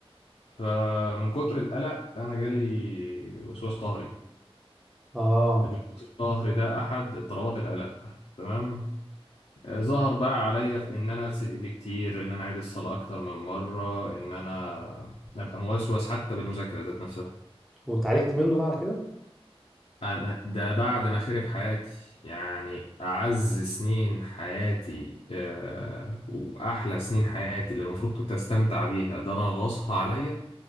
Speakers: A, on the left; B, in the centre.
A: فمن كتر القلق انا جالي وسواس قهري
B: اه
A: الوسواس القهري ده احد اضطرابات القلق تمام آه، ظهر بقى عليا في ان انا اغسل ايدي كتير ان انا اعيد الصلاه اكتر من مره ان انا ابقى موسوس حتى بالمذاكره ذات نفسها
B: واتعالجت منه بقى على كده
A: انا ده بعد ما خرب حياتي يعني اعز سنين حياتي آه، واحلى سنين حياتي اللي المفروض كنت استمتع بيها ده انا غصها عليا